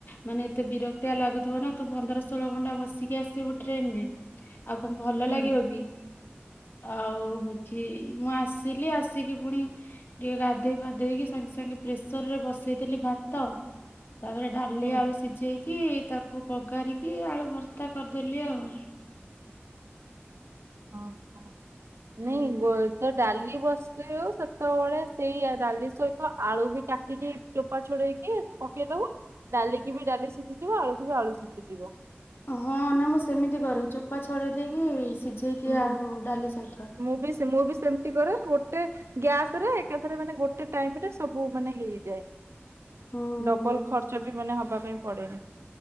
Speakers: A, on the left; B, on the right.
A: ମାନେ ଏତେ ବିରକ୍ତିଆ ଲାଗୁଥିବ ନା, ତୁ ପନ୍ଦର ଷୋହଳ ଘଣ୍ଟା ବସିକି ଆସିଥିବୁ ଟ୍ରେନ୍ ରେ ଆଉ କଣ ଭଲ
B: ହୁଁ
A: ଲାଗିବ କି? ଆଉ ହଉଛି, ମୁଁ ଆସିଲି ଆସିକି ପୁଣି ଟିକେ ଗାଧେଇ ଫାଧେଇକି, ସାଙ୍ଗେ ସାଙ୍ଗେ ପ୍ରେସର ରେ ବସେଇଦେଲି ଭାତ ତା'ପରେ ଡାଲି
B: ହୁଁ
A: ଆଳୁ ସି କି ତାକୁ ପଘାରିକି, ଆଳୁ ଭର୍ତା କରିଦେଲି ଆଉ।
B: ହଁ, ହଁ ନାଇଁ
A: ହୁଁ
B: ଗୋତ ଯେ ଡାଲି ବସେଇବୁ, ସେତେବେଳେ ସେଇ ଡାଲି ସହିତ ଆଳୁ ବି କାଟିକି ଚୋପ୍ ଚପା ଡେଇକି ପକେଇଦବୁ। ଡାଲିକି ବି ଡାଲି ସିଝିଯିବ ଆଳୁକୁ ବି ଆଳୁ ସିଝିଯିବ।
A: ହଁ ନା ମୁଁ ସେମିତି କରେ ଚୋପା ଛଡେଇ ଦେଇକି ସିଝେଇ ଦିଏ
B: ହୁଁ
A: ଆଉ ଡାଲି ସହିତ।
B: ମୁଁ ବି ସେ ମୁଁ ବି ସେମିତି କରେ, ଗୋଟେ ଗ୍ୟାସ୍ ରେ ଏକାଥରେ ମାନେ ଗୋଟେ ଟାଇମ୍ ରେ ସବୁ ମାନେ ହେଇଯାଏ।
A: ହୁଁ।
B: ଡବଲ ଖର୍ଚ ବି ମାନେ ହବା ପାଇଁ ପଡେନି।